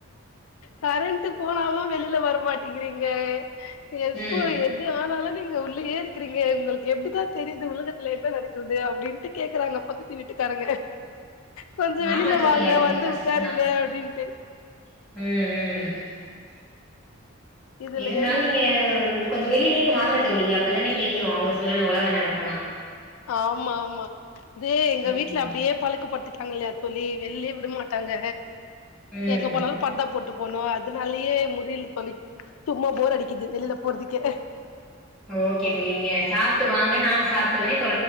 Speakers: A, on the left; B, in the centre.
A: கரெண்ட் போனாலும் வெளியில வரமாட்டிங்கிறீங்க எப்போ
B: ம்
A: எது ஆனாலும் நீங்க உள்ளயே இருக்கிறீங்க உங்களுக்கு எப்படிதான் தெரியுது உலகத்துல என்ன நடக்கது அப்படின்ட்டு கேக்குறாங்க பக்கத்து வீட்டுக்காரங்க கொஞ்சம் வெளியில
B: ஆமா தோழி
A: வாங்க
B: அது கொஞ்சோ
A: வந்து
B: கஷ்டந்தா
A: உட்காருங்க அப்படின்ட்டு
B: ம் ம் உம்
A: இதுலயே
B: இருந்தாலும்
A: முடிஞ்சிருது
B: நீங்க
A: தோழி
B: கொஞ்சம் வெளியிலயும் வாங்க தோழி அப்தானே தெரி யும் அவங்க சொல்லர உலக நடப்பலாம்
A: ஆமா ஆமா இதே எங்க
B: ம்
A: வீட்டுல அப்படியே பழக்கப்பட்டு பன்னிட்டாங்கலாய தோழி வெள்ளே விட மாட்டாங்க
B: ம்
A: எங்க போனாலும் பார்தா போட்டு போனும் அதனாலயே முடில தோழி சும்மா போர் அடிக்குது வெளியில போறதுக் ஒகே
B: ஓகே தோலி நீங்க சாப்பிட்டு வாங்க நானும் சாப்ப இது வரேன்